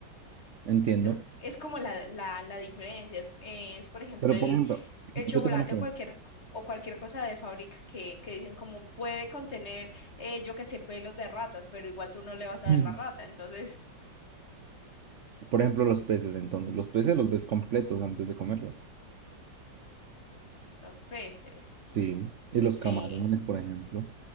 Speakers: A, on the right (about 65°); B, on the left (about 35°).
A: Entiendo.
B: Es, es como la, la, la diferencia. Es, eh, es, por ejemplo,
A: Pero
B: el,
A: por ejemplo, yo
B: el chocolate
A: tengo una pregunta.
B: o cualquier,
A: <clears throat>
B: co- o cualquier cosa de fábrica que, que dicen como puede contener, eh, yo qué sé, pelos de ratas, pero igual tú no le vas a
A: Mm.
B: ver la rata. Entonces,
A: Por ejemplo, los peces, entonces, los peces los ves completos antes de comerlos.
B: los peces.
A: Sí. Y los
B: Sí.
A: camarones, por ejemplo.